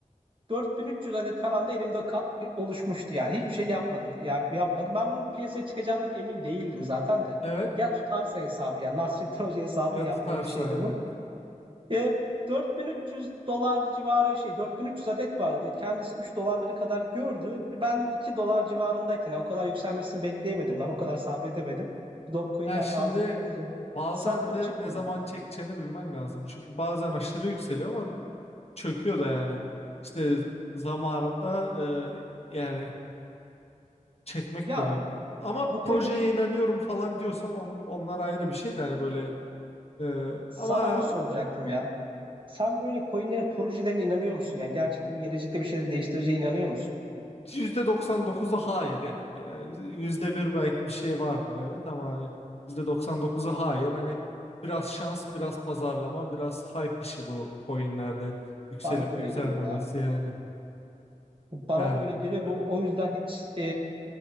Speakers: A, on the right (about 40°); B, on the left (about 50°).
A: 4300 adet falan da elimde oluşmuştu yani. Hiçbir şey yapmadım, yap, yapmadım. Ben bunun piyasaya çıkacağından emin değildim zaten de.
B: Evet.
A: Ya tutarsa hesabı yani Nasrettin Hoca hesabı
B: Ya
A: yaptığım
B: tutarsa
A: bir şeydi
B: evet.
A: bu. E, 4300 dolar civarı şey 4300 adet vardı. Kendisi 3 dolarları kadar gördü. Ben 2 dolar civarındayken yani o kadar yükselmesini bekleyemedim ben. O kadar sabredemedim. Dogecoin'den
B: Ya şimdi
A: de ağzım yanınca
B: bazen
A: sattım
B: de
A: çıktı
B: ne
A: mı?
B: zaman çekeceğini bilmen lazım. Çünkü bazen aşırı yükseliyor ama çöküyor da yani. İşte zamanında e, yani çekmek
A: Ya
B: de önemli. Ama
A: bu coin
B: projeye inanıyorum falan diyorsan on- onlar ayrı bir şey de hani böyle e,
A: sana
B: ama
A: onu soracaktım ya. Sen böyle coinlerin projelerine inanıyor musun? Yani gerçekte bu gelecekte bir şeyleri değiştireceğine inanıyor musun?
B: %99'u hayır yani. Yani %1 belki bir şey vardır evet ama hani %99'u hayır. Hani biraz şans, biraz pazarlama, biraz hype işi bu coinlerde yükselip
A: Bana da öyle
B: yükselmemesi
A: geliyor ya.
B: yani.
A: Bana
B: Yani
A: da öyle geliyor ve
B: öyle.
A: o yüzden hiç e,